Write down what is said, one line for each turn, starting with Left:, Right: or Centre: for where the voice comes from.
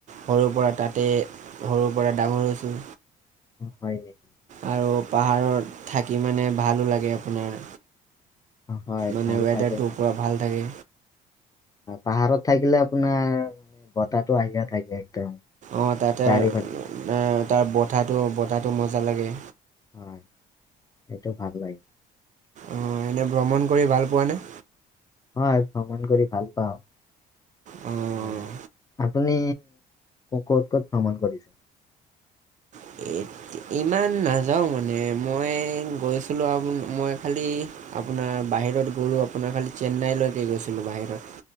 Right: সৰুৰ পৰা তাতেই সৰুৰ পৰা ডাঙৰ হৈছোঁ
Left: হয়, নেকি?
Right: আৰু পাহাৰত থাকি মানে ভালো লাগে আপোনাৰ
Left: হয়
Right: মানে
Left: ভাল
Right: ৱেডাৰটো
Left: লাগে
Right: পুৰা ভাল থাকে।
Left: পাহাৰত থাকিলে আপোনাৰ বতাহটো আহিয়ে থাকে। একদম
Right: অ', তাতে
Left: চাৰিওফালে।
Right: এ তাৰ বতাটো, বতাটো মজা লাগে।
Left: হয়, সেইটো ভাল লাগে।
Right: অ', এনে ভ্ৰমণ কৰি ভাল পোৱা নে?
Left: হয়, ভ্ৰমণ কৰি ভাল পাওঁ।
Right: অ'।
Left: এ আপুনি ক'ত, ক'ত ভ্ৰমণ কৰিছে?
Right: <unintelligible> ইমান নাযাওঁ মানে মই গৈছিলোঁ অ', মই খালি আপোনাৰ বাহিৰত গ'লো আপোনাৰ খালি চেন্নাইলৈকে গৈছিলোঁ বাহিৰত।